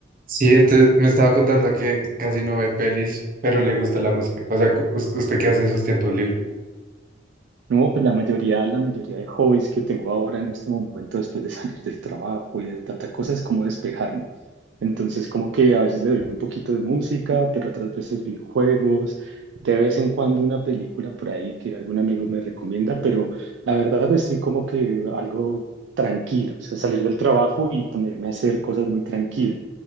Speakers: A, on the right; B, on the right.
A: Sí, entonces me estaba contando que casi no ve pelis, pero le gusta la música. O sea, cu- us- ¿usted qué hace en sus tiempos libres?
B: No, pues la mayoría, la mayoría de hobbies que tengo ahora en este momento después de <laughs> salir del trabajo y de tanta cosa es como despejarme. Entonces, como que a veces le doy un poquito de música, pero otras veces videojuegos, de vez en cuando una película por ahí que algún amigo me recomienda, pero la verdad estoy como que algo tranquilo, o sea, salir del trabajo y ponerme a hacer cosas muy tranquilas.